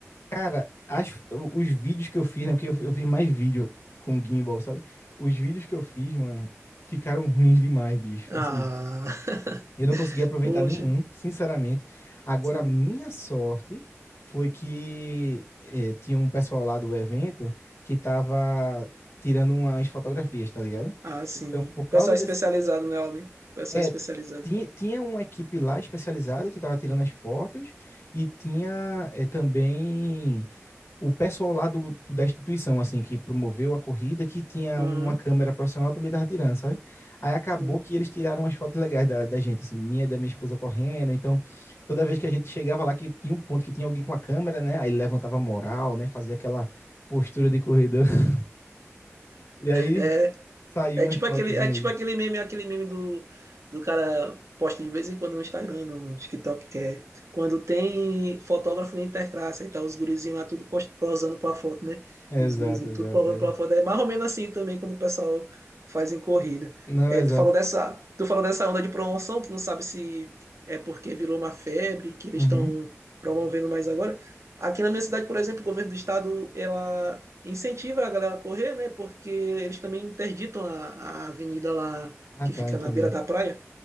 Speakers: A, on the left (about 60°); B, on the right (about 70°).
A: Cara, as, o- os vídeos que eu fiz, né? Porque eu, eu fiz mais vídeo com gimbal, sabe? Os vídeos que eu fiz, mano, ficaram ruins demais, bicho.
B: Ah,
A: Assim,
B: <laughs>
A: eu não consegui aproveitar
B: poxa,
A: nenhum, sinceramente. Agora,
B: sim.
A: a minha sorte foi que eh, tinha um pessoal lá do evento que tava tirando umas fotografias, tá ligado?
B: Ah, sim.
A: Então, por causa
B: Pessoal especializado
A: desse.
B: nela, né? Pessoal
A: é,
B: especializado.
A: tinha, tinha uma equipe lá especializada que estava tirando as fotos e tinha é, também o pessoal lá do, da instituição, assim, que promoveu a corrida, que tinha
B: Uhum,
A: uma câmera profissional, também tava tirando, sabe? Aí acabou
B: sim.
A: que eles tiraram umas fotos legais da, da gente, assim, minha e da minha esposa correndo. Então, toda vez que a gente chegava lá, que tinha um ponto que tinha alguém com a câmera, né? Aí levantava a moral, né? Fazia aquela postura de corredor. <laughs> E aí
B: É,
A: saiu
B: É
A: umas
B: tipo
A: fotos
B: aquele,
A: aí.
B: é tipo aquele meme, aquele meme do, do cara posta de vez em quando no Instagram, no TikTok, que é quando tem fotógrafo na Interclasse e tal, os gurizinhos lá tudo post, posando pra foto, né?
A: Exato,
B: Os gurizinhos
A: exato.
B: tudo posando
A: É.
B: pra foto. É mais ou menos assim também como o pessoal faz em corrida.
A: Não,
B: É,
A: exato.
B: tu falou dessa, tu falou dessa onda de promoção, tu não sabe se é porque virou uma febre que eles
A: Uhum.
B: estão promovendo mais agora. Aqui na minha cidade, por exemplo, o governo do estado, ela incentiva a galera a correr, né? Porque eles também interditam a, a avenida lá
A: Ah,
B: que
A: tá,
B: fica
A: entendi.
B: na beira da praia